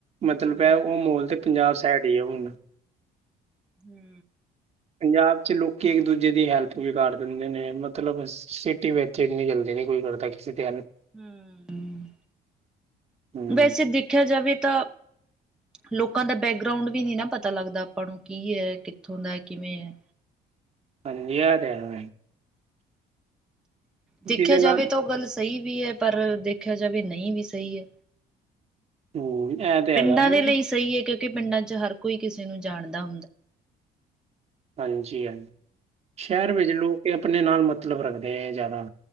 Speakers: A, on the right; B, in the centre.
A: ਮਤਲਬ
B: ਹੂੰ
A: ਐ ਓ ਮੋਲ ਤੇ ਪੰਜਾਬ ਸੈਡ ਹੀ ਏ ਹੁਨ
B: ਹੂੰ।
A: ਪੰਜਾਬ ਚ ਲੋਕੀ ਇੰਕ ਦੂਜੇ ਦੀ ਹੈਲਪ ਵੀ ਕਰ ਦਿੰਦੇ ਨੇ, ਮਤਲਬ ਸਿਟੀ ਵੇਚ ਏਨੀ ਜਲਦੀ ਨੀ ਕੋਈ ਕਰਦਾ <inaudible>
B: ਹੂੰ,
A: ਹੂੰ
B: ਵੈਸੇ ਦੇਖਿਆ ਜਾਵੇ ਤਾ ਲੋਕਾਂ ਦਾ ਬੈਗਰਾਉਂਡ ਵੀ ਨੀ ਨਾ ਪਤਾ ਲੱਗਦਾ ਆਪਾਂ ਨੂੰ ਕੀ ਐ, ਕਿੱਥੋਂ ਦਾ, ਕਿਵੇਂ ਐਂ।
A: ਹਂਜੀ ਐ ਦੇਨਾ।
B: ਦੇਖਿਆ
A: ਜਿਹਦੇ
B: ਜਾਵੇ
A: ਨਾਲ
B: ਤਾਂ ਔ ਗੱਲ ਸਹੀ ਵੀ ਐ ਪਰ ਦੇਖਿਆ ਜਾਵੇ ਨਈ ਵੀ ਸਹੀ ਐ।
A: ਹੂੰ ਇਹ ਤੇ
B: ਪਿੰਡਾਂ
A: ਹੈਗਾ ਮਤਲਬ
B: ਦੇ ਲਈ ਸਹੀ ਏ ਕਿਔਕਿ ਪਿੰਡਾਂ ਚ ਹਰ ਕੋਈ ਕਿਸੇ ਨੂੰ ਜਾਣਦਾ।
A: ਹਂਜੀ ਆ ਸ਼ਹਿਰ ਵਿੱਚ ਲੋਕ ਆਪਨੇ ਨਾਲ ਮਤਲਬ ਰੱਖਦੇ ਐਂ ਜੈ਼ਦਾ।